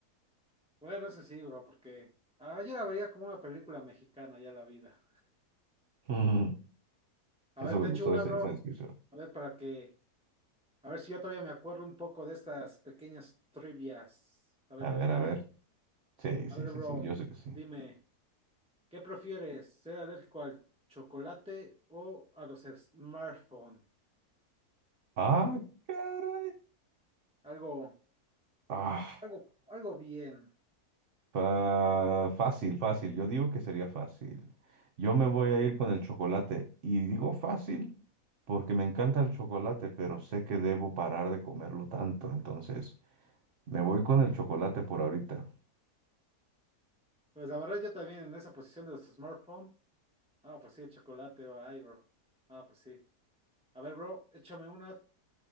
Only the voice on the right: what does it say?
<laughs>
Eso
me gustó
esa,
esa descripción.
A
ver,
a ver. Sí,
sí,
sí,
sí, yo sé que sí.
Ah, caray.
Ah,
Fa- fácil, fácil. Yo digo que sería fácil. Yo me voy a ir con el chocolate. Y digo fácil porque me encanta el chocolate, pero sé que debo parar de comerlo tanto. Entonces, me voy con el chocolate por ahorita.